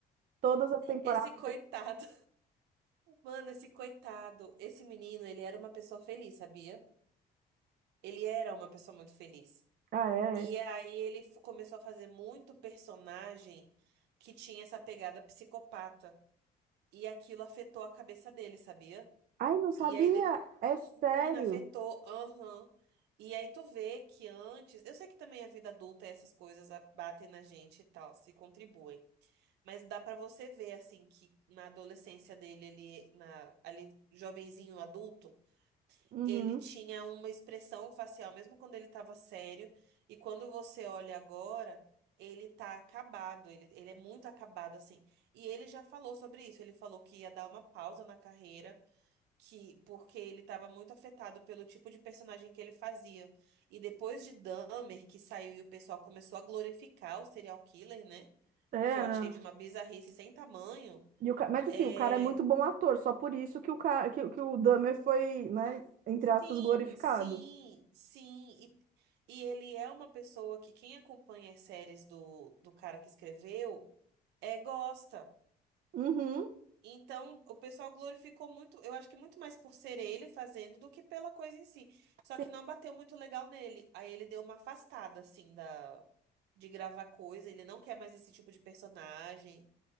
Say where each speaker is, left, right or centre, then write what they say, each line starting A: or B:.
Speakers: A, on the right; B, on the right.
A: todas as temporadas.
B: <laughs> esse coitado, mano, esse coitado, esse menino, ele era uma pessoa feliz, sabia? Ele era uma pessoa muito feliz.
A: Ah, é?
B: E aí ele f- começou a fazer muito personagem que tinha essa pegada psicopata. E aquilo afetou a cabeça dele, sabia?
A: Ai, não sabia.
B: E aí depois,
A: É sério.
B: menina, afetou, aham. E aí tu vê que antes, eu sei que também a vida adulta e essas coisas a- batem na gente e tal, se contribuem. Mas dá pra você ver, assim, que na adolescência dele, ele, na, ali, jovenzinho, adulto,
A: Uhum.
B: ele tinha uma expressão facial, mesmo quando ele tava sério. E quando você olha agora, ele tá acabado, ele, ele é muito acabado, assim. E ele já falou sobre isso, ele falou que ia dar uma pausa na carreira que porque ele estava muito afetado pelo tipo de personagem que ele fazia. E depois de Dahmer, que saiu e o pessoal começou a glorificar o serial killer, né?
A: Era.
B: O que eu achei de uma bizarrice sem tamanho.
A: E o ca- Mas
B: É...
A: assim, o cara é muito bom ator, só por isso que o, ca... que, que o Dahmer foi, né, entre
B: Sim,
A: aspas, glorificado.
B: sim, sim. E, e ele é uma pessoa que quem acompanha as séries do, do cara que escreveu é gosta.
A: Uhum.
B: Então, o pessoal glorificou muito, eu acho que muito mais por ser ele fazendo do que pela coisa em si. Só
A: Sim.
B: que não bateu muito legal nele. Aí ele deu uma afastada, assim, da, de gravar coisa. Ele não quer mais esse tipo de personagem.